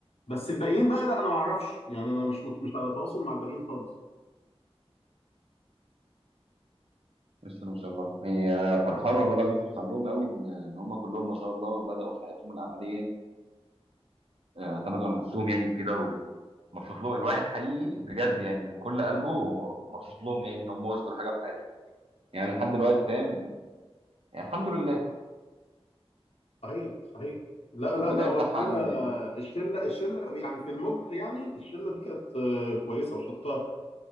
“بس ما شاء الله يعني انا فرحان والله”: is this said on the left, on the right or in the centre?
Right